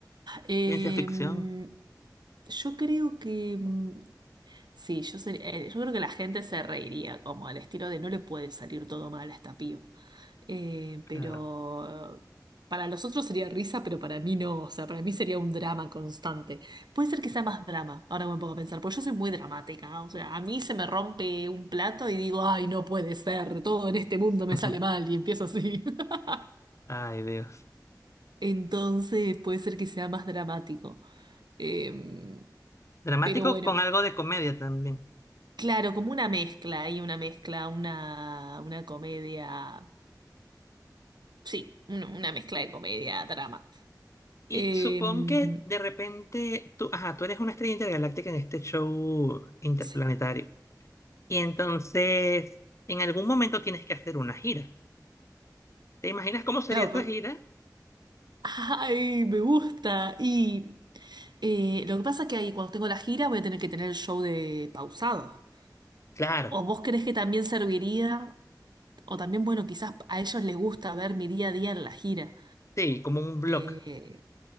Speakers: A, on the right; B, on the left.
A: Eh,
B: ciencia ficción.
A: yo creo que. mm, Sí, yo, ser- eh, yo creo que la gente se reiría, como al estilo de no le puede salir todo mal a esta piba. Eh,
B: Claro.
A: pero para los otros sería risa, pero para mí no. O sea, para mí sería un drama constante. Puede ser que sea más drama, ahora me pongo a pensar, porque yo soy muy dramática. O sea, a mí se me rompe un plato y digo, ay, no puede ser, todo en este mundo
B: <laughs>
A: me sale mal y empiezo así. <laughs>
B: Ay, Dios.
A: Entonces puede ser que sea más dramático. Em,
B: Dramático
A: pero bueno.
B: con algo de comedia también.
A: Claro, como una mezcla, hay una mezcla, una, una comedia, sí, un- una mezcla de comedia, drama.
B: Y
A: Em,
B: supón que de repente tú, ajá, tú eres una estrella intergaláctica en este show interplanetario.
A: sí,
B: Y entonces, en algún momento tienes que hacer una gira. ¿Te imaginas cómo sería
A: claro,
B: esa
A: po-
B: gira?
A: ay, me gusta. Y eh, lo que pasa es que ahí cuando tengo la gira voy a tener que tener el show de pausado.
B: Claro,
A: ¿O vos crees que también serviría? O también, bueno, quizás a ellos les gusta ver mi día a día en la gira.
B: sí, como un blog.
A: Eh,